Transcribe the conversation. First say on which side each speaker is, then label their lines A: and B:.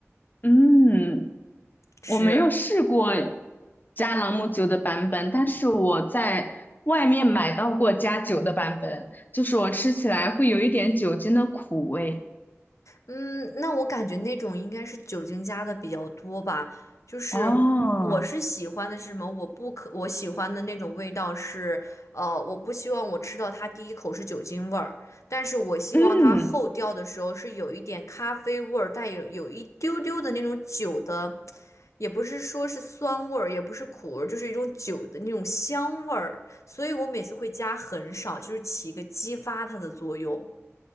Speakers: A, on the left (about 40°); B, on the left (about 85°).
A: 嗯。
B: 是。
A: 我没有试过加朗姆酒的版本，但是我在外面买到过加酒的版本，就是我吃起来会有一点酒精的苦味。
B: 嗯，那我感觉那种应该是酒精加的比较多吧。就是我我是喜欢的是什么？
A: 哦，
B: 我不可我喜欢的那种味道是，呃，我不希望我吃到它第一口是酒精味儿，但是我希望它后调的时候是有一点咖啡味儿，
A: 嗯，
B: 带有有一丢丢的那种酒的，也不是说是酸味儿，也不是苦味儿，就是一种酒的那种香味儿。所以我每次会加很少，就是起一个激发它的作用。